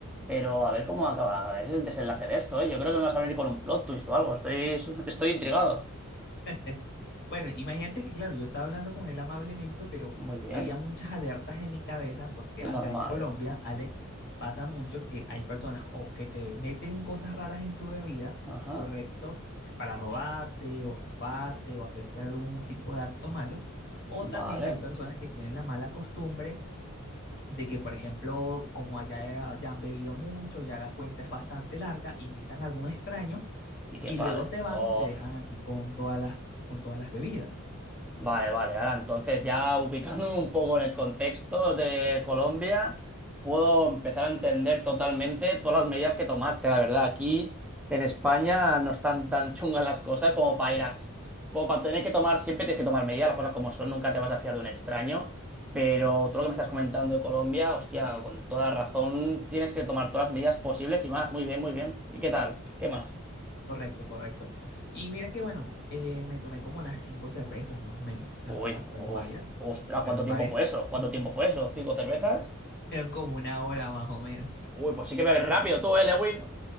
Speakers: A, in the centre; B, on the left.
A: Pero a ver cómo acaba, a ver el desenlace de esto, ¿eh? Yo creo que me vas a venir con un plot twist o algo. Estoy, estoy intrigado.
B: <laughs> Bueno, imagínate que, claro, yo estaba hablando con él amablemente, pero
A: Muy bien.
B: había muchas alertas en mi cabeza porque acá
A: normal.
B: en Colombia, Alex, pasa mucho que hay personas o que te meten cosas raras en tu bebida,
A: Ajá.
B: correcto, para robarte o estafarte o hacerte algún tipo de acto malo, o
A: Vale.
B: también hay personas que tienen la mala costumbre de que, por ejemplo, como allá eh, ya han bebido mucho, ya la cuenta es bastante larga, invitan a algún extraño
A: Y que
B: y
A: pague.
B: luego se van
A: Of.
B: y te dejan a ti con todas las, con todas las bebidas.
A: Vale, vale. Ahora entonces ya ubicándome un poco en el contexto de Colombia, puedo empezar a entender totalmente todas las medidas que tomaste. La verdad, aquí en España no están tan chungas las cosas como para ir a... Como para tener que tomar, siempre tienes que tomar medidas, las cosas como son, nunca te vas a fiar de un extraño. Pero todo lo que me estás comentando de Colombia, hostia, con toda razón, tienes que tomar todas las medidas posibles y más. Muy bien, muy bien. ¿Y qué tal? ¿Qué más?
B: Correcto, correcto. Y mira que bueno, eh, me tomé como unas cinco cervezas más o menos,
A: Uy,
B: la verdad,
A: os-
B: fueron varias,
A: ostras,
B: fueron
A: ¿cuánto tiempo
B: varias,
A: fue
B: <laughs>
A: eso? ¿Cuánto tiempo fue eso? ¿Cinco cervezas?
B: fueron como una hora más o menos.
A: Uy, pues sí que bebes rápido tú, eh, Lewin.